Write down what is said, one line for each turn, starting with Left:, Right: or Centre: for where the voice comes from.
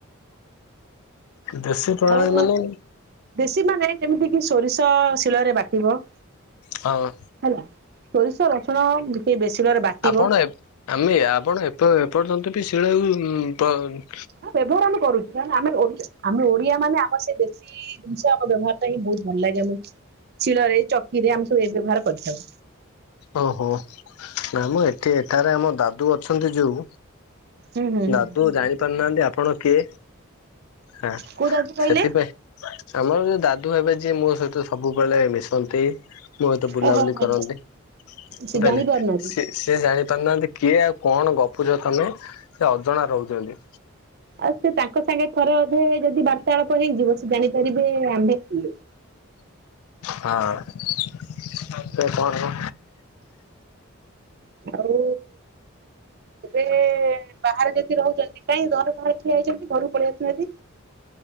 Left: ଦେଶୀ ପ୍ରଣାଳୀ
Right: ଆଉ
Left: ମାନେ
Right: ଦେଶୀ ମାନେ ଯେମିତି କି ସୋରିଷ ଶିଳରେ ବାଟିବ।
Left: ହଁ।
Right: ହେଲା। ସୋରିଷ ରଚଣା ଟିକେ ବେଶୀ ଶିଳରେ ବାଟିବ
Left: ଆପଣ ଆମେ ଆପଣ ଏ ଏପର୍ଯ୍ୟନ୍ତ ଏପର୍ଯ୍ୟନ୍ତ ବି ଶିଳକୁ <unintelligible>
Right: ହ ବ୍ୟବହାର ଆମେ କରୁ <unintelligible> କ ଆମ ଆମ <unintelligible> ଆ ମାନେ ଆମ ସେ ଦେଶୀ ଜିନିଷ ଆମ ବ୍ୟବହାରଟା ହିଁ ବହୁତ ଭଲ ଲାଗେ ଆମେ ଶିଳରେ ଚକିରେ ଆମେ ସବୁ ଏ ବ୍ୟବହାର କରିଥାଉ।
Left: ଓହୋ ନା ମୁଁ ଏଠି ଏଠାରେ ଆମ ଦାଦୁ ଅଛନ୍ତି ଯୋଉ।
Right: ହୁଁ ହୁଁ ହୁଁ।
Left: ଦାଦୁ ଜାଣି ପାରୁନାହାନ୍ତି ଆପଣ କିଏ? ହଁ
Right: କୋଉ ଯାଉଛି କହିଲେ
Left: ସେଥିପାଇଁ ଆମର ଯୋଉ ଦାଦୁ ହେବେ ଯିଏ ମୋ ସହିତ ସବୁ ସବୁବେଳେ ମିଶନ୍ତି ମୋ ସହିତ ବୁଲାବୁଲି
Right: ଓହୋ ହୋ
Left: କରନ୍ତି।
Right: ସେ
Left: କହିଲେ
Right: ଜାଣି ପାରୁନାହାନ୍ତି।
Left: ସେ ସେ ଜାଣିପାରୁନାହାନ୍ତି କିଏ ଏଉ କଣ ଗପୁଛ ତମେ ସେ ଅଜଣା ରହୁଛନ୍ତି।
Right: ଆଉ ସେ ତାଙ୍କ ସାଙ୍ଗେ ଥରେ ଅଧେ ଯଦି ବା ବାର୍ତ୍ତାଳାପ ହେଇଯିବ ସେ ଜାଣିପାରିବେ ଆମ୍ଭେ କିଏ
Left: ହ <unintelligible> ସେପ <unintelligible>
Right: ଆଉ ଏବେ ବାହାରେ ଯଦି ରହୁଛନ୍ତି କାଇହିଁ ଘର ବାହାରେ ଠିଆ ହେଇଛନ୍ତି ଘରକୁ ପଳେଇ ଆସୁନାହାନ୍ତି।